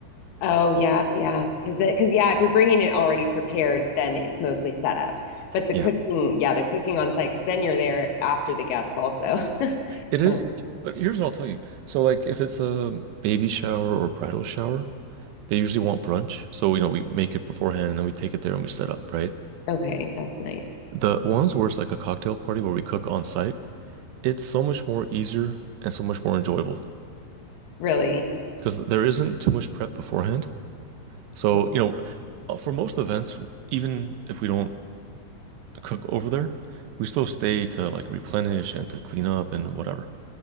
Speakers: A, on the left (about 60°); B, on the right (about 75°).
A: Oh yeah, yeah. Because because yeah, if you're bringing it already prepared, then it's mostly set up. But the
B: Yeah,
A: cooking, yeah, the cooking on site, because then you're there after the guests also. <laughs>
B: it is.
A: And it-
B: But here's what I'll tell you. So like if it's a baby shower or bridal shower, they usually want brunch. So, you know, we make it beforehand and then we take it there and we set up, right?
A: okay, that's nice.
B: The ones where it's like a cocktail party where we cook on site, it's so much more easier and so much more enjoyable
A: Really?
B: because there isn't too much prep beforehand. So,
A: Yeah,
B: you know, uh, for most events, even if we don't cook over there, we still stay to like replenish and to clean up and whatever.